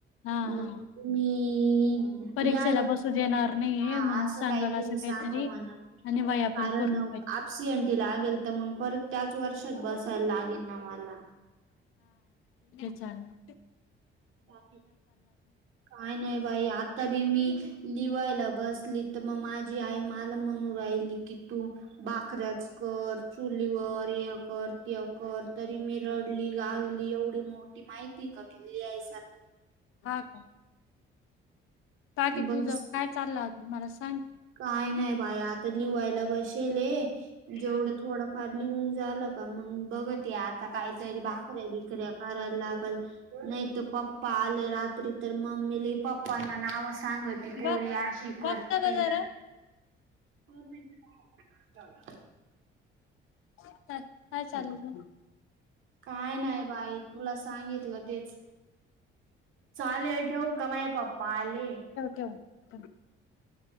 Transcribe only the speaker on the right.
मग
मी
या
हा
असं
काहीतरी
सांग.
सांग म्हणा
कारण
आपसेंटी लागेल तर मग परत त्याच वर्षात बसायला लागेल ना मला.
बाकी काय नाही बाई आता बी मी लिवायला बसली. तर मग माझी आई मला म्हणून राहिली कि तू भाकऱ्याच कर, चुलीवर य कर, ते कर तरी मी रडली, गागली एवढी मोठी माहिती का किल्ली आहे
बस
काय नाही बाई आता लिवायला बसेल आहे जेवढं
थोडंफार लिहून झालं का मग बघ ते आ आता काहीतरी भाकऱ्या-बिकऱ्या करायला लागल नाही त पप्पा आले रात्री तर मम्मी लय-पप्पांना नाव सांगती पोरी
अशी
करतील
दोन मिनिटं
काय नाही बाई तुला सांगितलं तेच चालेल ठेवु काय माझे पप्पा आले.